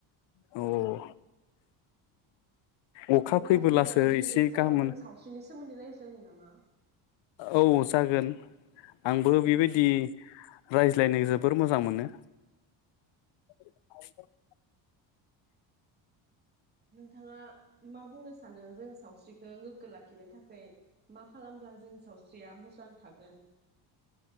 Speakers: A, on the left; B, on the right.
A: औ औ अखा
B: अब्ला
A: फैबोलासो
B: जोङो दिनै
A: एसे
B: बे समाव
A: गाहाम मोनो।
B: जोङो सावस्रिनि सोमोन्दै रायज्लायनो नामा?
A: औ जागोन। आंबो
B: उम
A: बेबायदि रायज्लायनो जोबोर मोजां मोनो। <unintelligible>
B: नोंथाङा मा बुंनो सानो जोङो सावस्रिखौ गोगो ला खिनो थाखाय मा खालामब्ला जोंनि सावस्रिया मोजां थागोन।